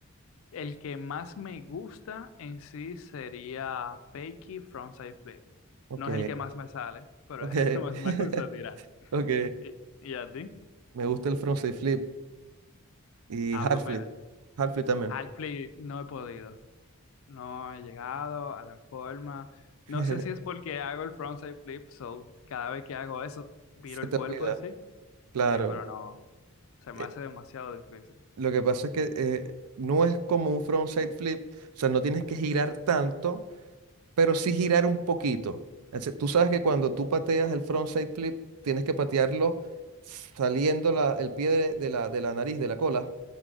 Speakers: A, on the left; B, on the right.
A: El que más me gusta en sí sería Fakey Frontside Flip.
B: Ok,
A: No es el que más me sale, pero
B: ok,
A: es el que más me
B: <laughs>
A: gusta tirar.
B: ok.
A: ¿Y, y a ti?
B: Me gusta el frontside flip. Y
A: Ah,
B: Half-Life,
A: pues mira,
B: también.
A: Half Flip no he podido. No he llegado a la forma.
B: <laughs>
A: No sé si es porque hago el Frontside Flip, so cada vez que hago eso, viro
B: Se
A: el
B: te
A: cuerpo
B: olvida,
A: en sí.
B: claro.
A: Sí, pero no. Se me
B: Eh,
A: hace demasiado difícil.
B: lo que pasa es que eh, no es como un frontside flip, o sea, no tienes que girar tanto, pero sí girar un poquito. Entonces, tú sabes que cuando tú pateas el frontside flip, tienes que patearlo saliendo la- el pie de, de la, de la nariz, de la cola.